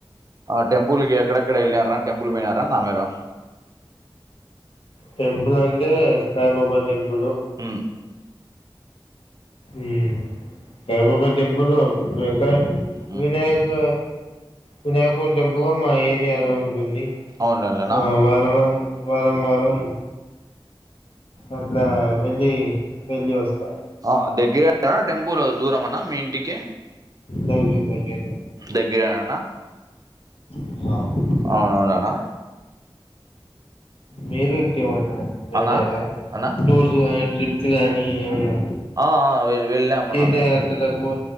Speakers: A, on the right; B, on the left.
A: ఆ టెంపుల్కి ఎక్కడెక్కడ ఎల్లారా టెంపుల్ పోయినారా అన్నా మీరు
B: టెంపుల్ అంటే సాయిబాబా టెంపులు
A: ఉ
B: ఉ సాయిబాబా టెంపుల్ పోయేవరకు ఎంత అయింది
A: మ్మ్
B: వినాయక వినాయకు టెంపుగా మా ఏరియాలో ఉంటుంది
A: అవునులేనా
B: ఆ వారం వారం వారం వారం అట్ల వెళ్ళి వెళ్ళి వస్తా
A: ఆ దగ్గర టెంపుల్ దూరం అన్నా మీ ఇంటికి
B: దగ్గర దగ్గరనే
A: దగ్గరే అన్న
B: అవును
A: అవును అవును అన్న
B: మీరు ఇంకేమన్నా వెళ్ళారా
A: అనా అనా
B: టూర్స్ గాని ట్రిప్స్ గానీ ఏమన్నా
A: ఆ ఆ వెల్ వెళ్ళామన్నా
B: తీర్ధయాత్రలకు
A: మేము